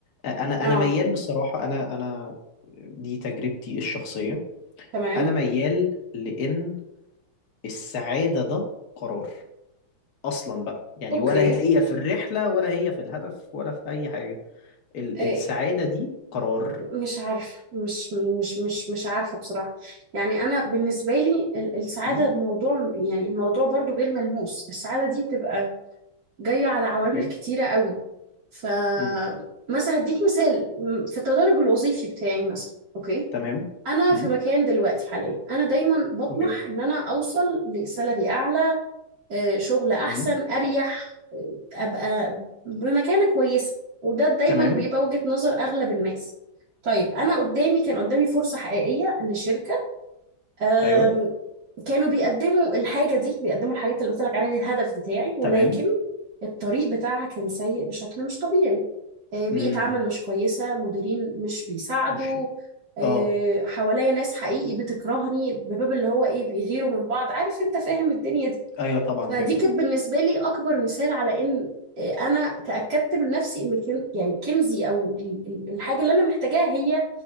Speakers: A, on the left; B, on the right.
A: انا
B: اه
A: انا ميال بصراحه انا انا دي تجربتي الشخصيه
B: تمام
A: انا ميال لان السعاده ده قرار اصلا بقى يعني
B: اوكي
A: ولا هي في الرحله ولا هي في الهدف ولا في اي حاجه ال
B: آه،
A: السعاده دي قرار
B: مش عارفة مش مش مش مش عارفة بصراحة يعني أنا بالنسبة لي ال- السعادة
A: امم
B: الموضوع يعني الموضوع برضو غير ملموس السعادة دي بتبقى جاية على عوامل
A: اوكي
B: كتيرة قوي ف
A: امم
B: مثلا هديك مثال م- في التدرج الوظيفي بتاعي مثلا أوكي
A: تمام
B: أنا
A: امم
B: في مكان دلوقتي حاليا أنا دايما بطمح
A: اوكي
B: إن أنا أوصل لسالري أعلى آه، شغل احسن
A: امم
B: اريح آه، ابقى بمكانه كويسه وده دايما
A: تمام
B: بيبقى وجهة نظر اغلب الناس طيب انا قدامي كان قدامي فرصه حقيقيه لشركه آم،
A: ايوه
B: كانوا بيقدموا الحاجه دي بيقدموا الحاجات اللي قلت لك عليها الهدف بتاعي ولكن
A: تمام
B: الطريق بتاعها كان سيء بشكل مش طبيعي آه، بيئه
A: امم
B: عمل مش كويسه مديرين مش بيساعدوا
A: مش
B: آه،
A: اه
B: حواليا ناس حقيقي بتكرهني بباب اللي هو ايه بيغيروا من بعض عارف انت فاهم الدنيا دي
A: ايوه طبعا
B: فدي
A: فاهم
B: كانت
A: اه
B: بالنسبة لي أكبر مثال على إن آه، أنا تأكدت من نفسي إن كن يعني كنزي أو ال- ال- الحاجة اللي أنا محتاجاها هي